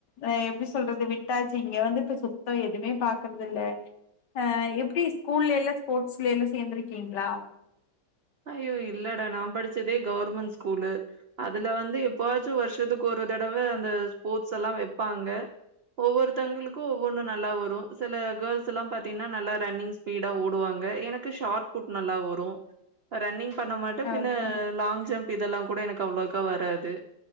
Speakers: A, on the left; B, on the right.
A: ஆ எப்டி சொல்றது விட்டாச்சு இங்க வந்து இப்ப சுத்தோ எதுமே பாக்கற்துல்ல அ எப்டி ஸ்கூலேலே ஸ்போட்ஸ்லேலு சேந்துருக்கீங்லா
B: அய்யோ இல்லடா நா படிச்சதே கவ்ர்மண் ஸ்கூலு அதுல வந்து எப்புவாச்சு வர்ஷத்துக் ஒரு தடவ அந்த ஸ்போட்ஸ் எல்லா வெப்பாங்க ஒவ்வொருத்தங்களுக்கு ஒவ்வொன்னு நல்லா வரு சில கேள்ஸ் எல்லா பாத்தீன்னா நல்லா ரன்னிங்ஸ் பீடா ஓடுவாங்க எனக்கு ஷாட் புட் நல்லா வரு ரன்னிங் பண்ண மாட்ட பின்ன
A: ஓகே
B: லாங் ஜம்ப் இதெல்லா கூட எனக் அவ்ளக்கா வராது